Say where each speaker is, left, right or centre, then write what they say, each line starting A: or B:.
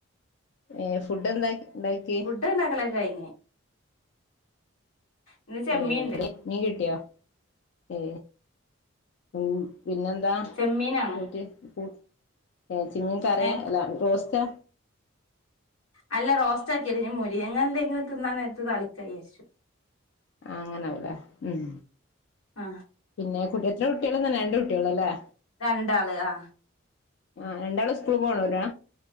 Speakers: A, on the left; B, on the left.
A: ഏ ഫുഡ് എന്താണ്ടാക്കി.
B: <unintelligible> ഇണ്ടക്കലക്കെ കഴിഞ്ഞു ഇന്ന് ചെമ്മീൻണ്ട്
A: ഹെ മീൻ കിട്ടിയോ ഏ ഉ പിന്നെന്താ
B: ചെമ്മീനാണ്
A: ചോ <unintelligible> ചെമ്മീൻ കറിയാ
B: ഏ
A: അല്ലാ റോസ്റ്റാ
B: അല്ല റോസ്റ്റാക്കിയ <unintelligible> അങ്ങ <unintelligible> എന്തെങ്കിലും തിന്നാൻ നേരത്ത് താളിക്കായിയാരിച്ചു.
A: അങ്ങനാവൂലെ ഉം
B: ആ
A: പിന്നെ കുട്ടി എത്ര കുട്ടികളന്നന്നെ രണ്ട് കുട്ടികള് അല്ലേ?
B: രണ്ടാള് ആഹ്
A: ആ രണ്ടാളും സ്കൂളിപോണോരാ